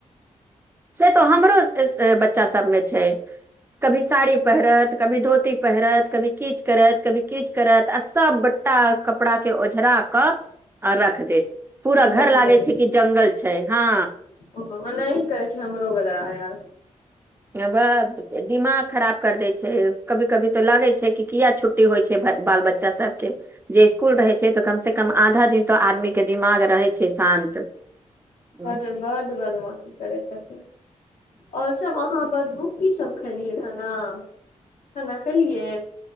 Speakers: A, on the right; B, on the left.
A: से तऽ हमरो बच्चा सभमे छै कभी साड़ी पहिरत कभी धोती पहिरत कभी किछ करत कभी किछ करत आ सभटा कपड़ाके ओझरा कऽ आ रख देत पूरा
B: रख
A: घर लागै
B: दे
A: छै कि जंगल छै हँ
B: ओनाही करे छै हमरो बजार यार
A: हे बक दिमाग खराब कर दै छै कभी कभी तऽ लागै छै कि किया छुट्टी होइ छै बाल बच्चा सभके जे इसकुल रहै छै तऽ कमस कम आधा दिन तऽ आदमीके दिमाग रहै छै शान्त ह
B: बड बड बदमाशी करै छथि ओर सब अहाँ बस उ की सब खेलियै खाना खाना खेलियै